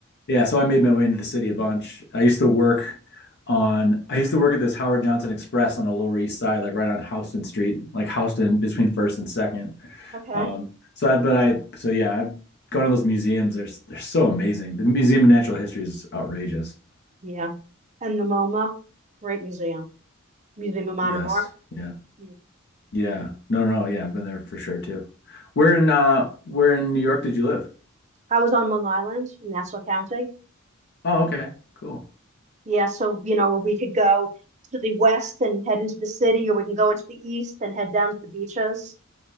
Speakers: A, on the left; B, on the right.
A: yeah, so I made my way into the city a bunch. I used to work on I used to work at this Howard Johnson Express on the Lower East Side, like right on Houston Street, like Houston between First and Second.
B: Okay.
A: Um so I but I so yeah, I've gone to those museums. They're s- they're so amazing. The Museum of Natural History is outrageous.
B: Yeah. And the MoMA, great museum, Museum of Modern
A: Yes.
B: Art.
A: Yeah.
B: Mm.
A: Yeah. No, no, no. yeah, I've been there for sure too. Where in uh where in New York did you live?
B: I was on Long Island in Nassau County.
A: Oh, okay. Cool.
B: Yeah, so you know we could go to the west and head into the city, or we can go into the east and head down to the beaches.